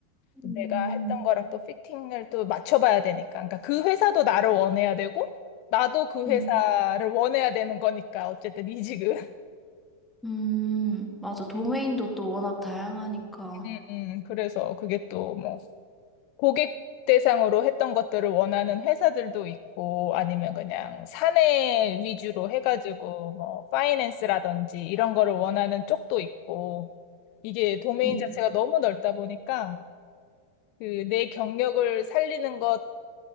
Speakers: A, on the left; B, in the centre.
A: 내가
B: 음,
A: 했던 거랑 또 피팅을 또 맞춰봐야 되니까. 그러니까 그 회사도 나를 원해야 되고 나도 그
B: 음,
A: 회사를 원해야 되는 거니까 어쨌든 이직은.
B: 음, 맞아. 도메인도 또 워낙 다양하니까.
A: <laughs> 음, 음. 그래서 그게 또뭐 고객 대상으로 했던 것들을 원하는 회사들도 있고 아니면 그냥 사내 위주로 해가지고 뭐 파이낸스라든지 이런 거를 원하는 쪽도 있고 이게 도메인
B: 음,
A: 자체가 너무 넓다 보니까 그 내 경력을 살리는 것